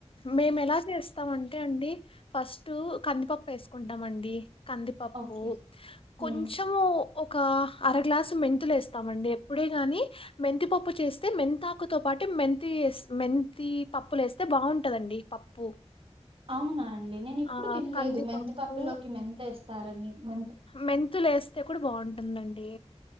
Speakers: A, on the left (about 50°); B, on the right (about 50°).
A: మేము ఎలా చేస్తామంటే అండి ఫస్ట్ టు కందిపప్పు వేసుకుంటాం అండి కందిపప్పు
B: ఓకే హ్మ్.
A: కొంచము ఒక అర గ్లాసు మెంతులు వేస్త ాం ఎప్పుడే గాని మెంతి పప్పు చేస్తే మెంతాకుతో పాటు మ థిస్ మెంతి పప్పులే వేస్తే బాగుంటందండి పప్పు
B: అవునా ండి నేను ఎప్పుడు
A: ఆహ్,
B: వినలేదు
A: కందిపప్పు,
B: మెంతపప్పులోకి మెంత ఇస్తారని మ
A: మెంతులు వేస్తే కూడా బాగుంటుందండి